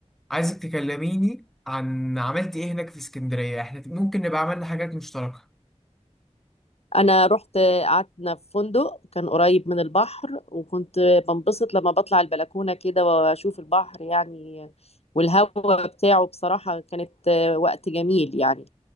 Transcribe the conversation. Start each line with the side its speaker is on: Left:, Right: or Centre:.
Centre: عايزك تكلميني عن عملت ايه هناك في اسكندريه احنا ممكن نبقى عملنا حاجات مشتركه
Left: انا رحت قعدنا في فندق كان قريب من البحر وكنت بنبسط لما بطلع البلكونة كده واشوف البحر يعني والهواء بتاعه بصراحة كانت وقت جميل يعني